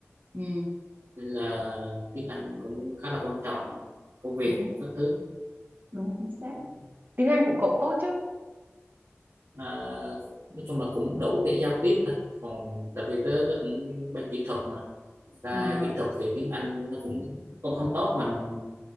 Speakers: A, on the right (about 45°); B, on the right (about 75°).
A: ừ
B: nên là tiếng Anh cũng khá là quan trọng công việc
A: đúng
B: các thứ
A: đúng chính xác tiếng Anh của cậu tốt chứ
B: à, nói chung là cũng đủ để giao tiếp thôi còn tại vì tớ tớ cũng bên kỹ thuật mà ra
A: À.
B: kỹ thuật thì tiếng Anh nó cũng cũng không tốt bằng